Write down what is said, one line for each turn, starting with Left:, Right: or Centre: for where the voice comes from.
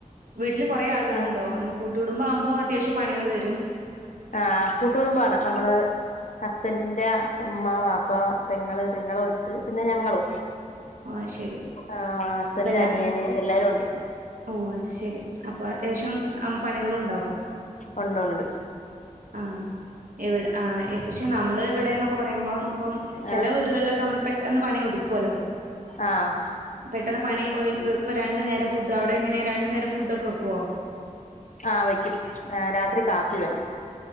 Right: വീട്ടിൽ കൊറെ ആളുകളുണ്ടോ?
Left: ആഹ്
Right: നമ്മ കൂട്ടുകുടുംമ്പാവുമ്പോ അത്യാവശ്യം പണികൾ വരും.
Left: ആഹ് കൂട്ടുകുടുംബാണ് നമ്മള്. ഹസ്ബൻഡിന്റെ ഉമ്മ, വാപ്പ, പെങ്ങള്, പെങ്ങളെ കൊച്ച് പിന്നെ ഞങ്ങളും.
Right: ആഹ് ശരി
Left: ആഹ് ഹസ്ബന്റിൻ്റെ
Right: അപ്പൊ
Left: അനിയന് എല്ലാരും ഉണ്ട്.
Right: ഒഹ് അത് ശരി. അപ്പോ അത്യാവശ്യം അം പണികളൂണ്ടാവും.
Left: ഒണ്ടുണ്ട്.
Right: ആഹ്. ഇവിട് ആഹ് പക്ഷേ നമ്മൾ ഇവടേന്നൊക്കെ പറയുമ്പം, ഇപ്പം ചെല
Left: ആഹ്
Right: വീടുകളിലൊക്കെ നമ്മൾ പെട്ടെന്ന് പണി ഒതുക്കോല്ലോ.
Left: ആഹ്
Right: പെട്ടെന്ന് പണി ഒ വ് ഇപ്പം രണ്ടു നേരം ഫുഡ്, അവിടെ എങ്ങനെയാ രണ്ടു നേരം ഫുഡ് ഒക്കെ വെക്ക്വോ?
Left: ആഹ് വെക്ക്യും. ഏഹ് രാത്രി കാപ്പി വേണം.